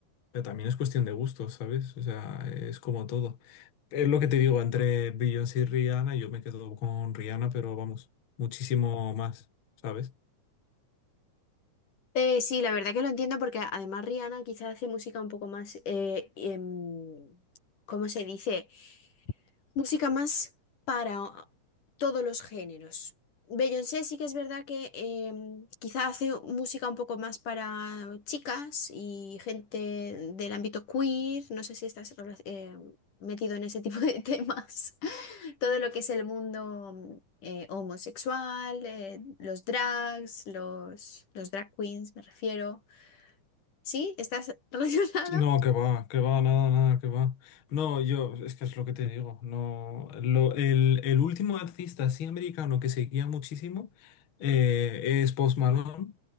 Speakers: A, on the left (about 45°); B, on the left (about 85°).
A: Pero también es cuestión de gustos, ¿sabes? O sea, es como todo. Es lo que te digo, entre Beyoncé y Rihanna, yo me quedo con Rihanna, pero vamos, muchísimo más, ¿sabes?
B: Eh, sí, la verdad que lo entiendo porque además Rihanna quizá hace música un poco más, eh, em, ¿cómo se dice? Música más para todos los géneros. Beyoncé sí que es verdad que em, quizá hace música un poco más para chicas y gente del ámbito queer. No sé si estás rela- eh, metido en ese tipo de <laughs> temas. Todo lo que es el mundo eh, homosexual, eh, los drags, los, los drag queens, me refiero. ¿Sí? ¿Estás <laughs> relacionado?
A: No, que va, que va, nada, nada, que va. No, yo, es que es lo que te digo. No, lo, el, el último artista así americano que seguía muchísimo eh, es Post Malone.